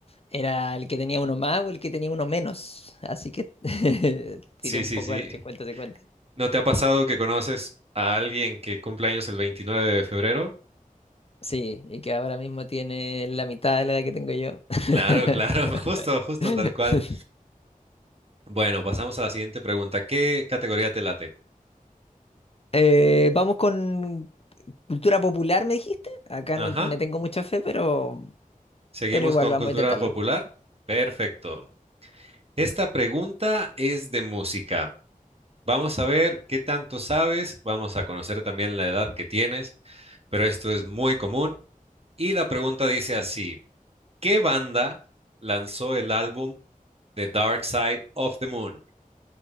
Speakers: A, on the left; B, on the right.
A: era el que tenía uno más o el que tenía uno menos. Así que <laughs>
B: Sí,
A: tiré un
B: sí,
A: poco
B: sí.
A: al cincuenta cincuenta.
B: ¿No te ha pasado que conoces a alguien que cumple años el veintinueve de febrero?
A: Sí, y que ahora mismo tiene la mitad de la edad que tengo yo. <laughs>
B: Claro, claro, <laughs> justo, justo tal cual. Bueno, pasamos a la siguiente pregunta. ¿Qué categoría te late?
A: Eh, vamos con cultura popular, me dijiste. Acá
B: Ajá.
A: no me tengo mucha fe, pero,
B: ¿Seguimos
A: pero igual
B: con
A: vamos
B: cultura
A: a intentarlo.
B: popular? Perfecto. Esta pregunta es de música. Vamos a ver qué tanto sabes. Vamos a conocer también la edad que tienes, pero esto es muy común. Y la pregunta dice así, ¿qué banda lanzó el álbum The Dark Side of the Moon.